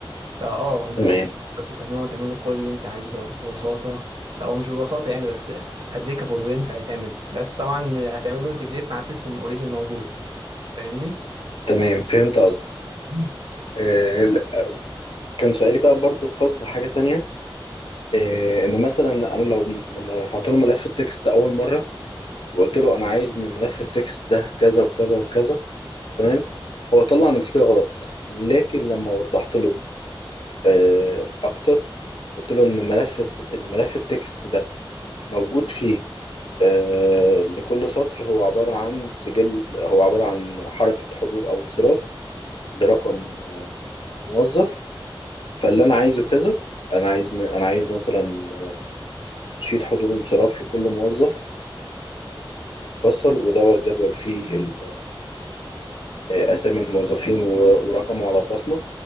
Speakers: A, on the right; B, on the left.
A: فاه انت
B: تمام
A: بتكلمه وتعمل له كل اللي انت عايزه ده ببساطه او مش ببساطه يعني بس ابليكابل وينفع يتعمل بس طبعا هتعمل له انتجريت مع سيستم اوريدي موجود فاهمني
B: تمام فهمت قصدك
A: مم.
B: آه، لا، كان سؤالي بقى برضو خاص بحاجه تانية آه، ان مثلا انا لو لما رفعت له ملف التكست اول مره وقلت له انا عايز من ملف التكست ده كذا وكذا وكذا تمام هو طلع نتيجة غلط لكن لما وضحت له آه، أكتر قلت له إن ملف إن ملف التكست ده موجود فيه آه، لكل سطر هو عبارة عن سجل هو عبارة عن حركة حضور أو انصراف لرقم آه، موظف فاللي أنا عايزه كذا أنا عايز م- أنا عايز مثلا شيت حضور وانصراف لكل موظف فصل ودوت جدول فيه ال- آه، أسامي الموظفين ور- ورقمه على البصمة